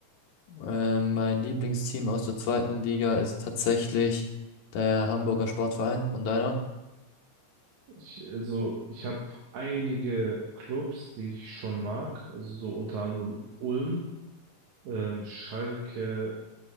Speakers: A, on the left; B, on the right.
A: Äh, mein Lieblingsteam aus der zweiten Liga ist tatsächlich der Hamburger Sportverein. Und deiner?
B: Ich, also, ich habe einige Clubs, die ich schon mag, also so unter anderem Ulm, ähm, Schalke,